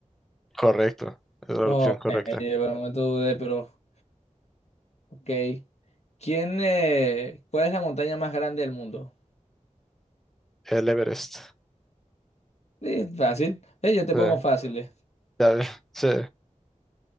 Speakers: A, in the centre; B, on the left.
A: Correcto. Es la
B: Oh,
A: opción correcta.
B: eh, por un momento dudé, pero ok. ¿Quién, eh, cuál es la montaña más grande del mundo?
A: El Everest.
B: Sí, fácil. Eh, yo te
A: Sí,
B: pongo fácil.
A: ya ves, sí.